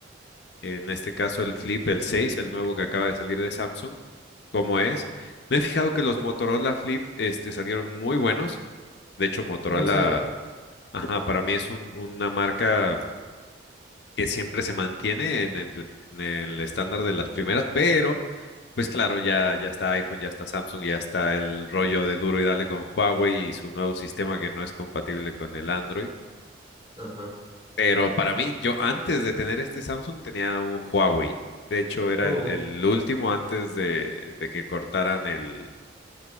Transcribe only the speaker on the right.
Oh, ¿en serio?
Ajá.
Uh,